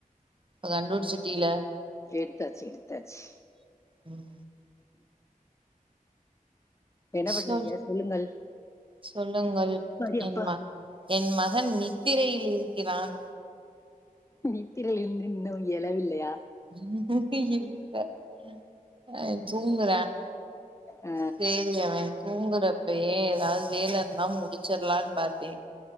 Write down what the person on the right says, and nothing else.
இப்ப கண்டுபுச்சிட்டில
ம்
சொல்
சொல்லுங்கள்
என்மா என் மகன் நீ திரையில் இருக்கிறான்
<unintelligible> அ தூங்குறன்
செரியா வை தூங்குறப்பயே ஏதாது வேலை இருந்தா முடிச்சிடலா பாத்தேன்